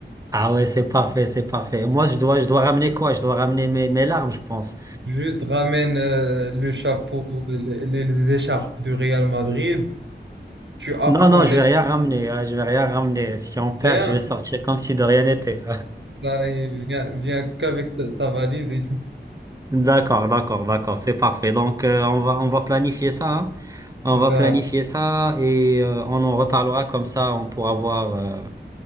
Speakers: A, on the right; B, on the right.
A: ah ouais, c'est parfait, c'est parfait. Moi, je dois, je dois ramener quoi? Je dois ramener mes, mes larmes, je pense.
B: Juste ramène euh, le chapeau, les, les écharpes du Real Madrid. Tu apprends
A: Non, non, je
B: les
A: vais rien
B: trucs,
A: ramener. hein, je vais rien ramener. Si on perd,
B: rien.
A: je vais sortir comme si de rien n'était.
B: Là, et viens, viens qu'avec ta, ta valise et tout.
A: D'accord, d'accord, d'accord, c'est parfait. Donc, euh, on va, on va planifier ça, hein. On
B: D'accord,
A: va planifier ça et euh, on en reparlera comme ça, on pourra voir. euh,